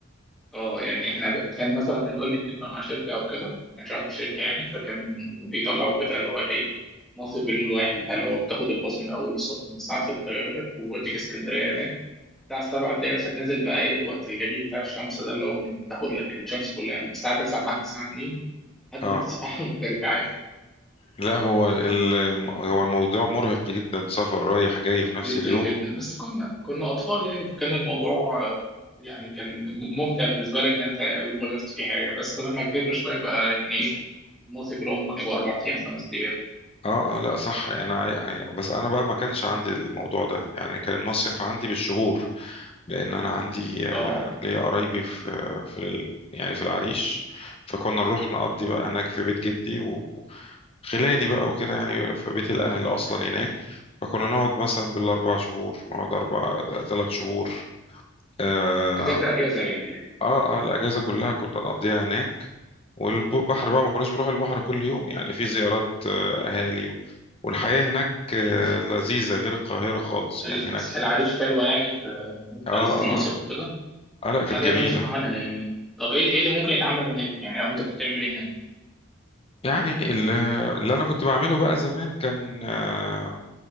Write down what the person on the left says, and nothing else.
اه
لا هو ال... هو الموضوع مرهق جدا سفر رايح جاي في نفس
اليوم
اه اه لا صح انا بس انا بقى ما كانش عندي الموضوع ده يعني كان المصيف عندي بالشهور لان انا عندي
آه، ليا قرايبي في في ال... يعني في العريش فكنا نروح نقضي
بقى هناك في بيت جدي و- وخلاني بقى وكده يعني في بيت الاهل اصلا هناك فكنا نقعد مثلا بالاربع شهور نقعد اربع ثلاث شهور اه
اه آه، الاجازه كلها كنت اقضيها هناك والبحر
بقى ما كناش بنروح البحر كل يوم يعني في زيارات آه، أهالي و- والحياة هناك آه،
لذيذة غير القاهرة خالص
يعني هناك
آه
آه
آه آه، لا كانت
جميلة
يعني ال- اللي أنا كنت بعمله بقى زمان كان آه،